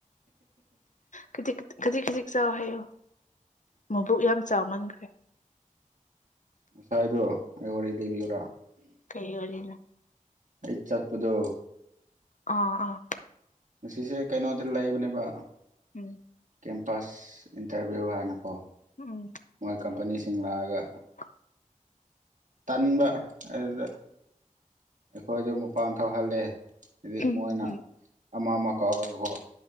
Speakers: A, on the left (about 65°); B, on the right (about 65°).
A: ꯈꯖꯤꯛ ꯈꯖꯤꯛ ꯆꯥꯎ ꯍꯥꯏꯌꯣ ꯃꯕꯨꯛ ꯌꯥꯝ ꯆꯥꯎꯃꯟꯈ꯭ꯔꯦ
B: ꯉꯁꯥꯏꯗꯣ ꯑꯩ ꯋꯥꯔꯤ ꯂꯩꯕꯤꯌꯔꯥ
A: ꯋꯥꯔꯤ
B: ꯑꯩ ꯆꯠꯄꯗꯣ
A: ꯑꯥ ꯑꯥ
B: ꯉꯁꯦ ꯀꯩꯅꯣꯗꯤ ꯂꯩꯕꯅꯦꯕ
A: ꯎꯝ
B: ꯀꯦꯝꯄꯁ ꯏꯟꯇꯔꯚꯤꯌꯨ ꯍꯥꯏꯅꯀꯣ
A: ꯎꯝ
B: ꯃꯣꯏ ꯀꯝꯄꯅꯤꯁꯤꯡ ꯂꯥꯛꯑꯒ
A: ꯑ
B: ꯇꯟꯕ ꯑꯗꯨꯗ ꯑꯩꯈꯣꯏꯗ ꯃꯄꯥꯟ ꯊꯣꯛꯍꯜꯂꯦ ꯍꯥꯏꯗꯤ
A: ꯎꯝ
B: ꯃꯣꯏꯅ
A: ꯎꯝ
B: ꯑꯃ ꯑꯃ ꯀꯥꯎꯔꯒꯀꯣ